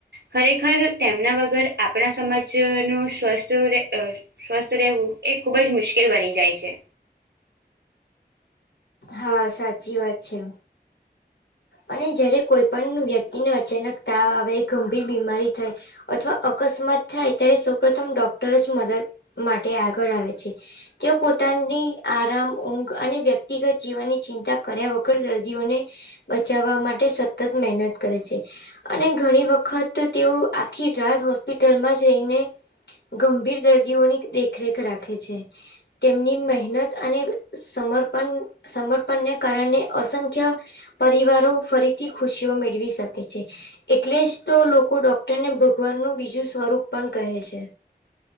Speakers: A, on the right; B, on the left.
A: ખરેખર તેમના વગર આપણા સમાજ નુ <unintelligible> સ્વસ્થ રહેવું એ ખુબ જ મુશ્કેલ બની જાય છે.
B: હા સાચી વાત છે. અને જયારે કોઈ પણ વ્યક્તિને અચાનક તાવ આવે ગંભીર બીમારી થાય. અથવા અકસ્માત થાય ત્યારે સૌ પ્રથમ ડોક્ટર જ મદદ માટે આગળ આવે છે. તેઓ પોતાની આરામ, ઊંઘ અને વ્યક્તિગત જીવનની ચિંતા કર્યા વગર દર્દીઓને બચાવવા માટે સતત મહેનત કરે છે. અને ઘણી વખત તેઓ આખી રાત હોસ્પિટલમાં જઈને ગંભીર દર્દીઓની દેખરેખ રાખે છે. તેમની મહેનત અને સમર્પણ સમર્પણને કારણે અસંખ્ય પરિવારો ફરીથી ખુશીઓ મેળવી શકે છે. એટલે જ તો લોકો ડોક્ટરને ભગવાનનું બીજું સ્વરૂપ પણ કહે છે.